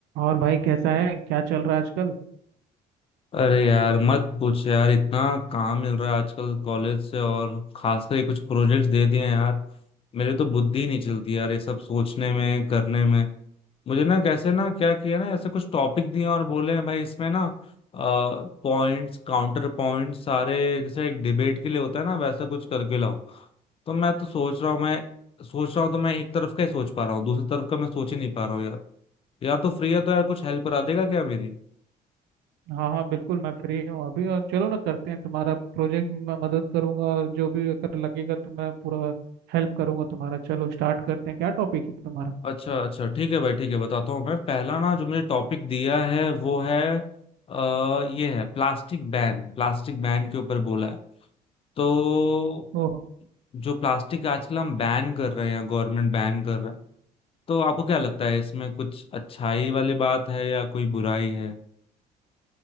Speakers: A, on the right (about 80°); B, on the left (about 35°).
A: और भाई कैसा है क्या चल रहा है आजकल
B: अरे यार मत पूछ यार इतना काम मिल रहा है आजकल कॉलेज से और खासकर ये कुछ प्रोजेक्ट्स दे दिए हैं यार मेरे तो बुद्धि नहीं चलती यार ये सब सोचने में करने में मुझे ना कैसे ना क्या किया ना ऐसे कुछ टॉपिक दिए और बोले हैं, भाई इसमें ना पॉइंट्स काउंटर पॉइंट्स सारे जैसे एक डिबेट के लिए होता है ना वैसा कुछ करके लाओ तो मैं तो सोच रहा हूँ मैं सोच रहा हूँ तो मैं एक तरफ का ही सोच पा रहा हूँ दूसरी तरफ का मैं सोच ही नहीं पा रहा हूँ यार यार तो फ्री है तो यार कुछ हेल्प करा देगा क्या मेरी
A: हाँ हाँ बिल्कुल मैं फ्री हूँ अभी और चलो ना करते हैं तुम्हारा प्रोजेक्ट में मैं मदद करूंगा और जो भी अगर लगेगा तो मैं पूरा हेल्प करूंगा तुम्हारा चलो स्टार्ट करते हैं क्या टॉपिक है तुम्हारा
B: अच्छा अच्छा ठीक है भाई ठीक है बताता हूँ मैं पहला ना जो मुझे टॉपिक दिया है वो है आ, ये है प्लास्टिक बैन प्लास्टिक बैन के ऊपर बोला है तो
A: ओ
B: जो प्लास्टिक आजकल हम बैन कर रहे हैं गवर्नमेंट बैन कर रहा है तो आपको क्या लगता है इसमें कुछ अच्छाई वाली बात है या कोई बुराई है